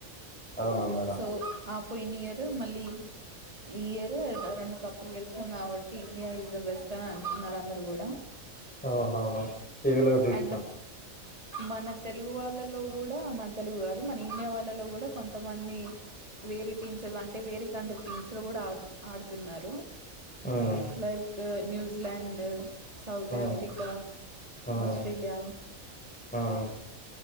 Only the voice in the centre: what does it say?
అవునా మేడం
అవునవును టీవీలో చూసిన
ఉమ్
ఉమ్
ఉమ్
ఉమ్